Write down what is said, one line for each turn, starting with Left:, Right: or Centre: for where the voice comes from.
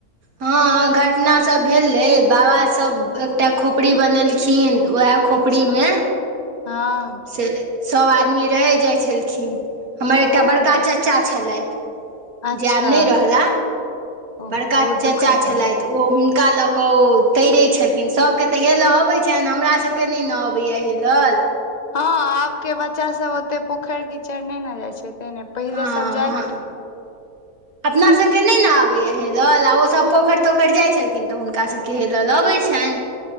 Right: हँ घटना सब भेलै, बाबा सब एकटा खोपड़ी बनेलखिन। वएह खोपड़ीमे
Left: अच्छा हँ
Right: से सभ आदमी रहै जाइ छलखिन हमर एकटा
Left: ओ
Right: बड़का चाचा छलथि
Left: अच्छा
Right: जे आब नहि रहलाह,
Left: ओहो
Right: बड़का
Left: बहुत
Right: चाचा
Left: दुखक बात
Right: छलैथ ओहो हुनका लग क ओ तैरैत छलखिन, सभके तऽ हेलय अबैत छनि हमरा सभके नहि न अबैया हेलल।
Left: हँ आबके बच्चा सब ओते पोखर-कीचड़ नहि ने जाइ छै पहिने पहिले
Right: हँ
Left: सभ जाइत
Right: हँ
Left: रहै।
Right: अपना सभके नहि ने अबैए हेलल आ ओ सभ पोखरि-तोखरि जाइत छलखिन तॅं हुनका सभके हेलल अबैत छनि